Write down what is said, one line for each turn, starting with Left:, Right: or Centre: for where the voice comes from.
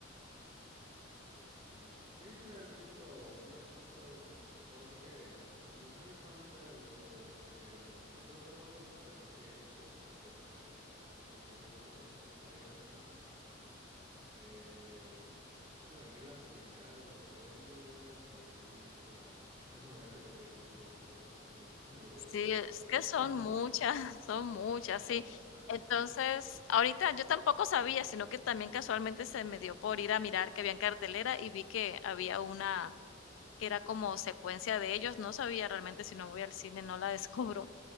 Right: de los Avengers. Ah, ok. Sí, he visto unas cuantas. mm, Ahora sí que eh, no soy muy fan de los de las películas de Marvel, pero sí he visto, pues yo creo que <laughs> bastantitos. Pues he visto las de Spider-Man. Eh, creo que me vi la primera de los Avengers, me vi la... <laughs> Bueno, ahora que lo pienso, sí, me he visto bastantes <laughs> del universo
Left: Sí,
Right: de
Left: es
Right: Marvel.
Left: que son
Right: <laughs>
Left: muchas, <laughs> son muchas,
Right: Esas son
Left: sí.
Right: bastantes.
Left: Entonces, ahorita yo tampoco sabía, sino que también casualmente se me dio por ir a mirar que había en cartelera y vi que había una que era como secuencia de ellos. No sabía realmente si no voy al cine, no la descubro.